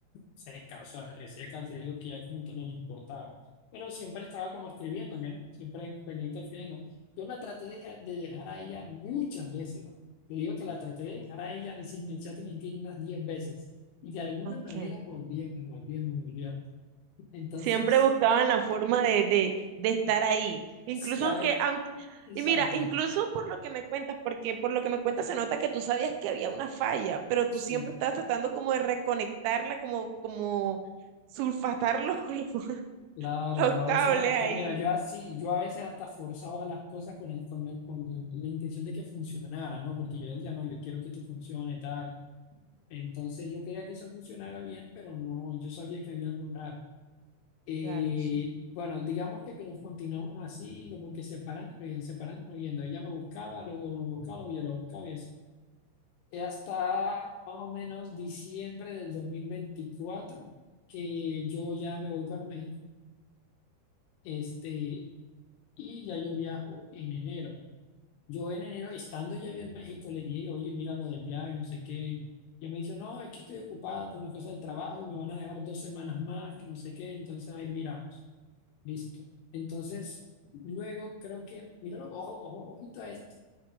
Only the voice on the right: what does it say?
Ok.
Siempre buscaban la forma de, de, de estar ahí. Incluso
aunque,
aunque,
y mira, incluso por lo que me cuentas, porque por lo que me cuentas se nota que tú sabías que había una falla, pero tú
siempre estabas tratando como de reconectarla, como, como sulfatar los, <laughs>
los
cables
ahí.
Claro, sí.